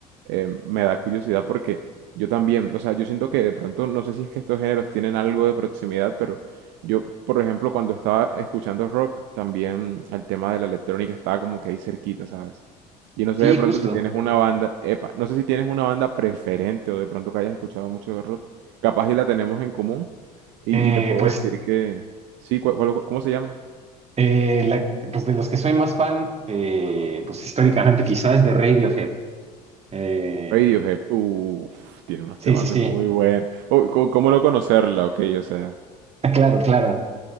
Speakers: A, on the right; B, on the right.
A: eh, me da curiosidad porque yo también, o sea, yo siento que de pronto, no sé si es que estos géneros tienen algo de proximidad, pero yo, por ejemplo, cuando estaba escuchando rock, también el tema de la electrónica estaba como que ahí cerquita, ¿sabes? Y no sé
B: Sí,
A: de
B: justo.
A: pronto si tienes una banda, epa, no sé si tienes una banda preferente o de pronto que hayas escuchado mucho de rock, capaz y la tenemos en común. Y,
B: Eh,
A: y te puedo
B: pues
A: decir que. Sí, ¿cuál- cuál- ¿cómo se llama?
B: Eh, la- pues de los que soy más fan, eh, pues históricamente quizás de Radiohead. Eh,
A: Radiohead. Uf, tiene unos
B: sí,
A: temazos
B: sí, sí.
A: muy buenos.
B: <laughs>
A: Oh, ¿cómo, cómo no conocerla? Ok, o sea,
B: Ah, Claro, claro.